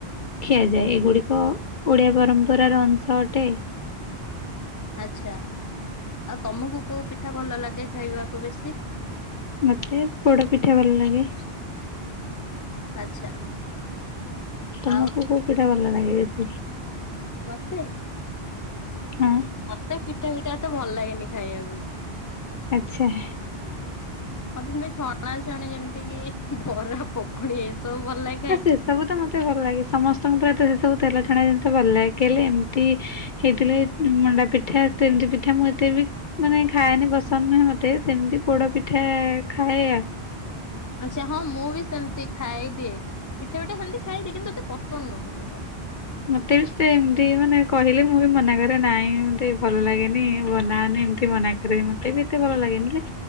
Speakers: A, on the left (about 55°); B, on the left (about 20°).
A: ଖିଆଯାଏ। ଏଗୁଡିକ ଓଡିଆ ପରମ୍ପରାର ଅଂଶ ଅଟେ।
B: ଆଚ୍ଛା ଆଉ ତୋମକୁ କୋଉ ପିଠା ଭଲ ଲାଗେ ଖାଇବାକୁ ବେଶୀ?
A: ମୋତେ ପୋଡ ପିଠା ଭଲ ଲାଗେ।
B: ଆଚ୍ଛା।
A: ତୋମକୁ
B: ଆଉ
A: କୋଉ ପିଠା ଭଲ ଲାଗେ ବେଶୀ?
B: ମୋତେ?
A: ହଁ।
B: ମୋତେ ପିଠା ଫିଠା ଏତେ ଭଲ ଲାଗେନି ଖାଇଆକୁ।
A: ଆଚ୍ଛା ହେ
B: ମୋତେ ସେମିତି ଛଣାଛଣି ଯେମିତି କି ବରା, ପକୁଡି ଏସବୁ ଭଲ ଲାଗ
A: ହଁ ସେ ସବୁ ତ ମୋତେ ଭଲ ଲାଗେ ସମସ୍ ସମସ୍ତଙ୍କୁ ପ୍ରାୟତଃ ସେ ସବୁ ତେଲ ଛଣା ଜିନିଷ ଭଲ ଲାଗେ କେଲେ ଏମିତି ହେଇଥିଲେ ମଣ୍ଡା ପିଠା ସମତି ପିଠା ମୁଁ ଏତେ ବି ମାନେ ଖାଏନି ପସନ୍ଦ ନୁହେଁ ମୋତେ ସେମିତି ପୋଡ ପିଠା ଖାଏ ଆଉ।
B: ଆଚ୍ଛା ହଁ ମୁଁ ବି ସେମତି ଖାଇଦିଏ। ପିଠା ଫିଠା ସେମିତି ଖାଇଦିଏ କିନ୍ତୁ ଏତେ ପସନ୍ଦ ନୁହଁ ମୋର।
A: ମତେ ବି ସେ ଏମତି ମାନେ କହିଲେ ମୁଁ ବି ମନା କରେ ନାଇଁ ମତେ ଭଲ ଲାଗେନି ବନାଅନି ଏମତି ମନା ରେ ମତେ ବି ଏତେ ଭଲ ଲାଗେନି ହେଲେ